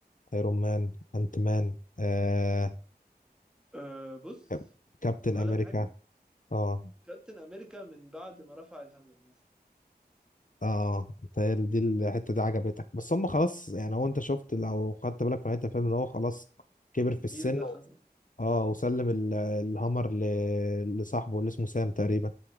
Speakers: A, on the left; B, in the centre.
A: ايرون مان انت مان آه
B: آآ بُص،
A: كاب- كابتن
B: أقول
A: امريكا
B: لك حاجة،
A: اه
B: كابتن أمريكا من بعد ما رفع الهامر مثلًا،
A: اه انت ال- دي الحته دي عجبتك بس هم خلاص يعني هو انت شفت لو خدت بالك في نهايه الفيلم ان هو خلاص كبر في
B: الجيل
A: السن
B: ده
A: و...
B: خلا
A: اه وسلم ال- الهامر ل... لصاحبه اللي اسمه سام تقريبا